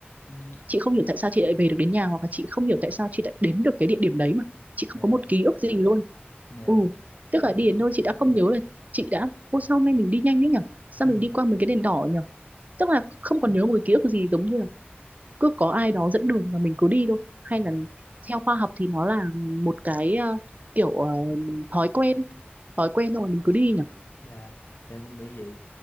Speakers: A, on the left; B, on the right.
A: ừ
B: chị không hiểu tại sao chị lại về được đến nhà hoặc là chị không hiểu tại sao chị lại đến được cái địa điểm đấy mà chị
A: dạ
B: không có một ký ức gì luôn
A: dạ
B: ừ tức
A: dạ
B: là đi đến nơi chị đã không nhớ là chị đã ô sao hôm nay mình đi nhanh đấy nhở sao
A: ừ
B: mình đi qua mấy cái đèn đỏ nhở tức là không còn nhớ một cái ký ức gì giống như là cứ có ai đó dẫn đường và mình cứ đi thôi hay
A: dạ
B: là theo khoa học thì nó là một cái ờ, kiểu ờ, thói quen thói quen rồi mình cứ đi nhỉ
A: dạ em cũng nghĩ vậy